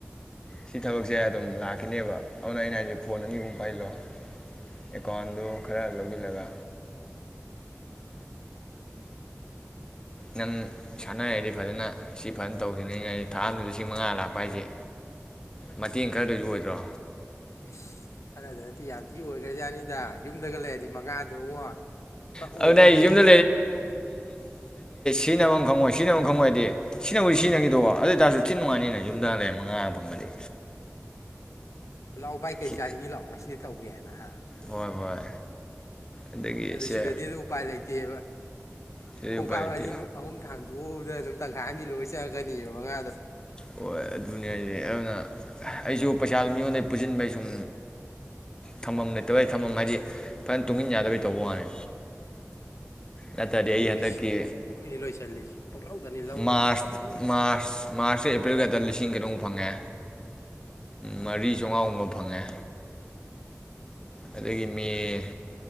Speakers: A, on the left; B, on the left.
A: ꯁꯤ ꯊꯕꯛꯁꯦ ꯑꯗꯨꯝ ꯂꯥꯛꯈꯤꯅꯦꯕ ꯑꯗꯨꯅ ꯑꯩꯅ ꯍꯥꯏꯖꯦ ꯐꯣꯟ ꯑꯅꯤꯒꯨꯝꯕ ꯄꯥꯏꯁꯤꯜꯂꯣ ꯑꯦꯀꯥꯎꯟꯗꯨ ꯈꯔ ꯂꯧꯖꯤꯜꯜꯂꯒ ꯅꯪ ꯁꯥꯟꯅ ꯍꯩꯔꯗꯤ ꯐꯖꯅ ꯁꯤ ꯐꯖꯅ ꯇꯧꯈꯤꯕꯅ ꯌꯥꯏ ꯊꯥ ꯑꯃꯗ ꯂꯤꯁꯤꯡ ꯃꯉꯥ ꯂꯥꯛꯄ ꯍꯥꯏꯖꯦ ꯃꯇꯦꯡ ꯈꯔꯗꯁꯨ ꯑꯣꯏꯗ꯭ꯔꯣ
B: ꯏꯁ ꯈꯔꯗ ꯅꯠꯇꯦ ꯌꯥꯝ ꯊꯤ ꯑꯣꯏꯒ꯭ꯔꯖꯥꯠꯅꯤꯗ ꯌꯨꯝꯗꯒ ꯂꯩꯔꯗꯤ ꯃꯉꯥꯗꯨꯉꫭ ꯄꯥꯛ ꯑꯣꯏꯗꯣꯏꯅꯦ
A: ꯑꯗꯨꯅ ꯑꯩ ꯌꯨꯝꯗ ꯁꯤꯖꯤꯅꯕꯝ ꯈꯪꯉꯣꯏ ꯁꯤꯅꯕꯐꯝ ꯈꯪꯉꯣꯏꯗꯤ ꯁꯤꯖꯤꯅꯕꯕꯨꯗꯤ ꯁꯤꯖꯤꯟꯅꯈꯤꯗꯧꯕ ꯑꯗꯨ ꯑꯣꯏꯇꯥꯔꯁꯨ ꯊꯤꯅ ꯅꯨꯡꯉꯥꯏꯅꯤꯅ ꯌꯨꯝꯗ ꯂꯩꯔ ꯃꯉꯥ ꯐꯪꯕꯗꯤ
B: ꯂꯥꯎ ꯚꯥꯏ ꯀꯩ
A: ꯁꯤ
B: ꯆꯥꯅꯤꯡꯉꯤ ꯂꯥꯎ ꯉꯁꯤꯗꯤ ꯇꯧꯒꯦ ꯍꯥꯏꯅ ꯍ
A: ꯍꯣꯏ ꯍꯣꯏ ꯑꯗꯒꯤ
B: ꯑꯗ
A: ꯁꯦ
B: ꯁꯤꯗꯗꯤ ꯎꯄꯥꯏ ꯂꯩꯏꯇꯦꯕ
A: ꯑꯗꯨꯗꯤ
B: ꯈꯣꯡꯀꯥꯞ
A: ꯎꯄꯥꯏ ꯂꯩꯇꯦ
B: ꯑꯅꯤꯃꯨꯛ ꯑꯍꯨꯝ ꯊꯥꯡꯗꯣ ꯑꯗꯨꯗ ꯑꯗꯨꯝ ꯇꯪꯈꯥꯏꯅꯤ ꯂꯣꯏ ꯆꯪꯉꯛꯀꯅꯤꯕ ꯃꯉꯥꯗꯣ
A: ꯍꯣꯏ ꯑꯗꯨꯅꯦ ꯍꯥꯏꯖꯦ ꯑꯗꯨꯅ ꯑꯩꯁꯨ ꯄꯩꯁꯥꯗꯨ ꯃꯤꯉꯣꯟꯗꯩ ꯄꯨꯁꯤꯟꯕꯩ ꯁꯨꯝ ꯊꯝꯐꯝ ꯂꯩꯇꯕꯩ ꯊꯝꯐꯝ ꯍꯥꯏꯗꯤ ꯐꯖꯅ ꯇꯨꯡꯃꯤꯟ ꯌꯥꯗꯕꯩ ꯇꯧꯕ ꯋꯥꯅꯤ ꯅꯠꯇ꯭ꯔꯗꯤ
B: ꯑꯩꯁꯨ
A: ꯑꯩ ꯍꯟꯗꯛꯀꯤ
B: ꯏꯁ ꯄꯨꯡꯂꯣꯏꯗ ꯂꯣꯏꯁꯤꯜꯂꯤꯁꯤ ꯄꯨꯡꯂꯧꯗꯅꯤ ꯂꯧꯔꯒ
A: ꯃꯥꯔꯁ
B: ꯄꯨꯡꯂꯣꯏꯗꯅꯤ ꯂꯣꯏꯁꯤꯜ
A: ꯃꯥꯔꯁ ꯃꯥꯔꯁꯀ ꯑꯦꯄ꯭ꯔꯤꯜꯒꯗ ꯂꯤꯁꯤꯡ ꯀꯩꯅꯣꯃꯨꯛ ꯐꯪꯉꯦ ꯃꯔꯤ ꯆꯧꯉꯥꯒꯨꯝꯕ ꯐꯪꯉꯦ ꯑꯗꯒꯤ ꯃꯦ